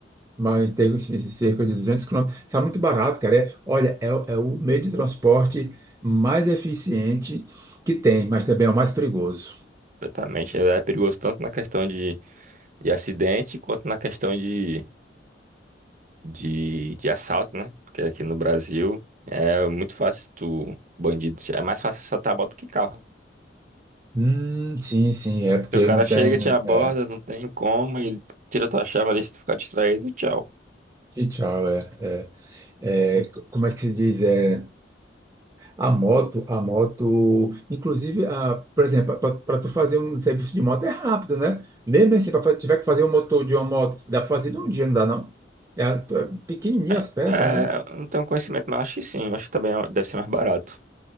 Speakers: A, on the right; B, on the right.
A: mas tem uns cerca de 200 quilômetros. Está muito barato, cara. É, olha, é, o é o meio de transporte mais eficiente que tem, mas também é o mais perigoso.
B: Exatamente. É é perigoso tanto na questão de, de acidente quanto na questão de, de, de assalto, né? Porque aqui no Brasil é muito fácil tu, bandido, é mais fácil assaltar moto que carro.
A: Hum, sim, sim, é porque
B: Porque o cara
A: não
B: chega,
A: tem.
B: te
A: né?
B: aborda,
A: É,
B: não tem como, ele tira tua chave ali se tu ficar distraído, tchau.
A: e tchau, é, é, é, c- Como é que se diz? É, a moto, a moto, inclusive, a, por exemplo, para tu fazer um serviço de moto é rápido, né? Mesmo assim, para tiver que fazer um motor de uma moto, dá para fazer num dia, não dá, não? É, a- é pequenininha
B: É,
A: as peças,
B: é,
A: né?
B: eu não tenho conhecimento, mas acho que sim. Acho que também é- deve ser mais barato.